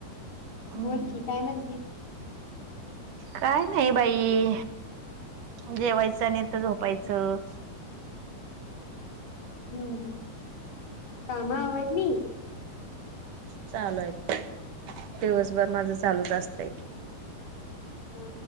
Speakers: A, on the right; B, on the left.
A: हम्म
B: बोल की काय म्हणतीस
A: काय नाही बाई जेवायचं नाही तर झोपायचं
B: हम्म कामा आवरली
A: चालूय दिवसभर माझं चालूच असतंय
B: ह